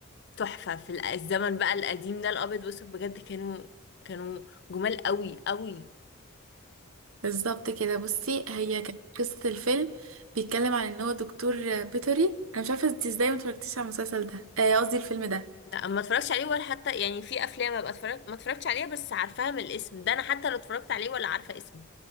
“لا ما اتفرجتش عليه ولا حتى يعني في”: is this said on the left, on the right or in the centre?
Left